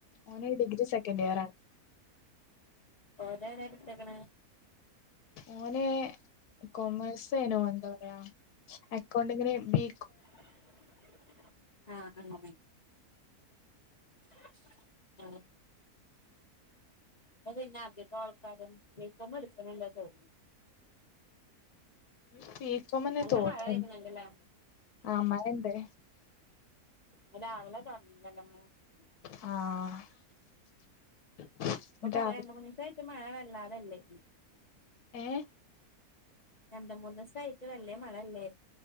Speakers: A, on the left (about 80°); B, on the left (about 35°).
A: ഓന് ഡിഗ്രി സെക്കൻഡിയറാണ്.
B: ആഹ് ഓനേതാട്ത്ത്ക്ക്ണെ?
A: ഓന് കൊമേഴ്സ്നോ എന്താ പറയാ അക്കണ്ട്ങ്ങ്ന് ബി
B: <inaudible> ആ ആ <inaudible> <inaudible> ആ അത്പിന്നെ ആദ്യപ്പോ കാര്യം ഇപ്പം എടുക്കണല്ലന്ന് തോന്നുന്നു
A: ആഹ് ഈ ബി കൊമ് എന്നാ
B: നല്ല
A: തോന്നുന്നത്
B: മഴ വരുന്നുണ്ടല്ലേ
A: ആ അമ്മയി ഉണ്ട്
B: ഇന്ന് രാവിലെ തൊറന്നില്ലല്ലോ അമ്മായി
A: ആഹ്
B: ഇപ്പൊ കൊറെ
A: രാവിലെ
B: രണ്ട് മൂന്നീസായിട്ട് മഴ വെല്ലാതെയല്ലേ
A: ഏഹ്
B: രണ്ട് മൂന്നീസായിട്ട് വല്യ മഴവല്ലേ